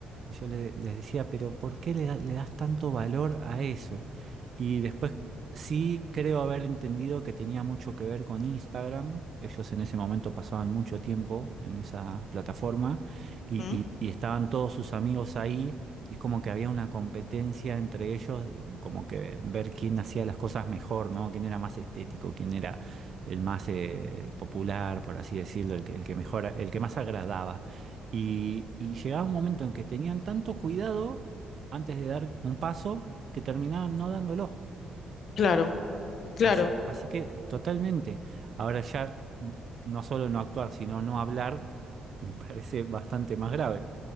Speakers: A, on the right (about 40°); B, on the left (about 50°).
A: y yo le- les decía, pero ¿por qué le, da- le das tanto valor a eso? Y después sí creo haber entendido que tenía mucho que ver con Instagram. Ellos en ese momento pasaban mucho tiempo en esa plataforma y,
B: Mm,
A: y- y estaban todos sus amigos ahí. Y es como que había una competencia entre ellos, como que ver quién hacía las cosas mejor, ¿no? Quién era más estético, quién era el más eh, popular, por así decirlo, el que, el que mejor, el que más agradaba. Y, y llegaba un momento en que tenían tanto cuidado antes de dar un paso que terminaban no dándolo.
B: Claro, claro.
A: Así, así que eh, totalmente. Ahora ya n- no solo no actuar, sino no hablar, <laughs> me parece bastante más grave.